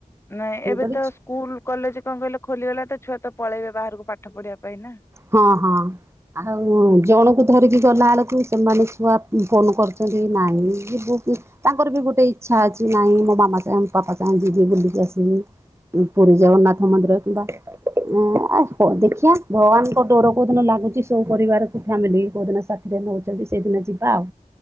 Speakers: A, on the left (about 20°); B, on the right (about 20°).
A: ନାଇଁ
B: ତେଣୁକରି
A: ଏବେ ତ ସ୍କୁଲ କଲେଜ କଣ କହିଲ ଖୋଲିଗଲା ତ ଛୁଆ ତ ପଳେଇବେ ବାହାରକୁ। ପାଠ ପଢିବା ପାଇଁ ନା
B: ହଁ ହଁ ଆଉ ଜଣକୁ ଧରିକି ଗଲା ବେଳକୁ ସେମାନେ ଛୁଆ ଫୋନ କରିଛନ୍ତି ନାଇଁ ତାଙ୍କର ବି ଗୋଟେ ଇଚ୍ଛା ଅଛି ନାହିଁ। ମୋ ମାମା ଚାହେଁ ପାପା ଚାହଁ ଯିଦି ବୁଲିକି ଆସିବି। ପୁରୀ ଜଗନ୍ନାଥ ମନ୍ଦିର କିମ୍ବା ଏ ଆ ହ ଦେଖିଆ ଭଗାନଙ୍କ ଡୋର କୋଉ ଦିନ ଲାଗୁଛି, ସବୁ ପରିବାର ଫ୍ୟାମିଲି କୋଉ ଦିନ ସାଥିରେ ନଉଛନ୍ତି ସେଇଦିନ ଯିବା ଆଉ